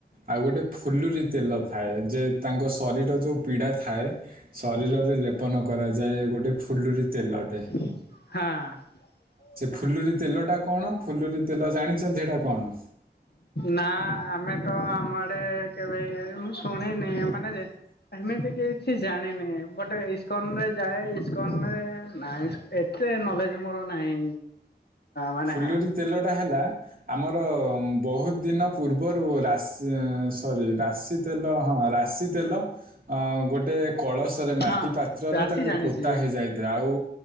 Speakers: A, on the right; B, on the left.
A: ଆଉ ଗୋଟେ ଫୁଲରି ତେଲ ଥାଏ ଯେ ତାଙ୍କ ଶରୀର ଯେଉଁ ପୀଡ଼ା ଥାଏ ଶରୀରରେ ଲେପନ କରାଯାଏ ଗୋଟେ ଫୁଲରି ତେଲଟେ
B: ହଁ
A: ଫୁଲୁର ତେଲଟା କଣ ଫୁଲୁର ତେଲ ଜାଣିଛନ୍ତି ସେଇଟା କଣ?
B: ନା ଆମେ ତ ଆମର ଟ କେବେ ଶୁଣିନି ମାନେ ଏମିତି କିଛି ଜାଣିନି ବଟ ଇସ୍କନରେ ଯାଏ ଏସ୍କନ ରେ ନାଇଁ ଏତେ ନଲେଜ ମୋର ନାହିଁ ମାନେ
A: ଫୁଲୁରି ତେଲଟା ହେଲା ଆମର ବହୁତ ଦିନ ପୂର୍ବରୁ ରାଶି ଉଁ ସରି ରାଶି ତେଲ ହଁ ରା ରାଶି ତେଲ ଗୋଟେ କଳସରେ ମାଟି
B: ହଁ
A: ପାତ୍ରରେ
B: ରାଶି
A: ତାକୁ
B: ଜାଣିଛି।
A: ପୋତା ହେଇଯାଇଥାଏ ଆଉ